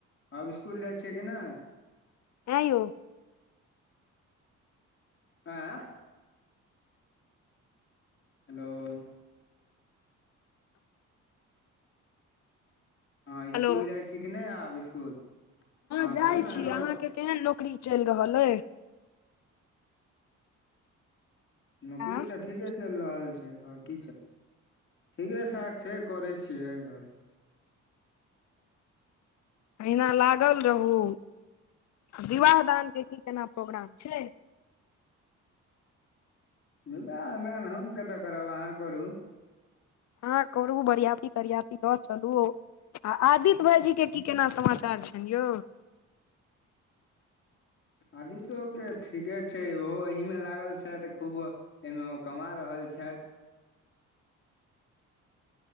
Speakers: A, on the left; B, on the left.
A: आब स्कुल जाइ छियै कि नै?
B: एँ यौ
A: आँ हेलो हँ इसकुल
B: हेलो
A: जाइ छी कि नै आब इसकुल हँ
B: जाइ
A: कहियो ने
B: छी
A: हेलो?
B: अहाँके केहन नौकरी चैल रहल अइ?
A: नौकरी
B: आँ
A: तऽ ठीके चैल रहल छै ओर की छै। ठीके ठाक छै करै छियै और की।
B: अहिना लागल रहू। विवाह दानके की केना प्रोग्राम छै?
A: विवाह दान हम कतऽ करब आहाँ करू।
B: हँ करू बरयाति -तरियाती ल चलू। आ आदित्य भाई जीके की केना समाचार छैन यौ?
A: आदितो के ठीके छै ओहो एहिह मे लागल छैथ खूब। एहिमे ओ कमा रहल छैथि।